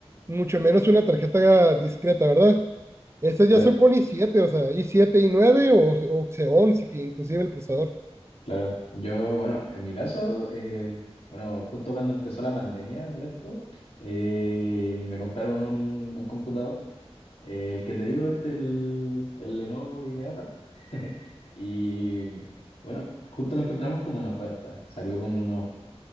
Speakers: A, on the right; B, on the left.
A: mucho menos una tarjeta discreta, ¿verdad? Estas
B: claro,
A: ya son con i siete o sea, i siete i nueve o, o Xeon, si- inclusive el procesador.
B: claro. Yo, bueno, en mi caso, eh, bueno, justo cuando empezó la pandemia, todo esto, eh, me compraron un, un computador Eh, el que te digo, este, el, el Lenovo IdeaPad. <laughs> Y bueno, justo lo encontramos como en oferta. Salió como unos